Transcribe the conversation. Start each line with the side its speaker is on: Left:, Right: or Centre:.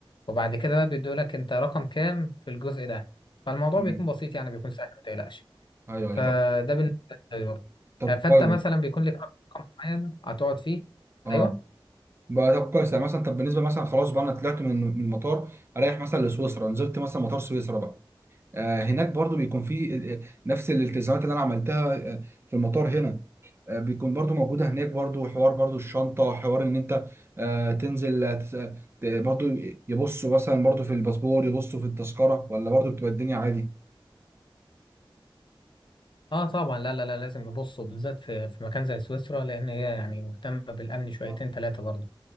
Left: وبعد كده بقى بيدولك انت رقم كام في الجزء ده فالموضوع
Right: مم.
Left: بيكون بسيط يعني بيكون سهل ما تقلقش
Right: ايوه
Left: فده
Right: أيوة. طب
Left: بالنسبه للطيار
Right: طب
Left: آه، فانت
Right: كويس
Left: مثلا بيكون لك رقم معين هتقعد فيه
Right: اه
Left: ايوه
Right: بقى طب كويس يعني مثلا طب بالنسبه مثلا خلاص بقى انا طلعت من من المطار اريح مثلا لسويسرا نزلت مثلا مطار سويسرا بقى آه، هناك برضو بيكون في آه، آه، نفس الالتزامات اللي انا عملتها آه، في المطار هنا آه، بيكون برضو موجودة هناك برضو حوار برضو الشنطة حوار ان انت آه، تنزل آه، تس- آه، ت- برضو يبصوا مثلا برضو في الباسبور يبصوا في التذكرة ولا برضو بتبقى الدنيا عادي
Left: اه طبعا لا لا لا لازم نبص بالذات في في مكان زي سويسرا لان هي يعني مهتمه بالامن شويتين
Right: آه.
Left: ثلاثه برضه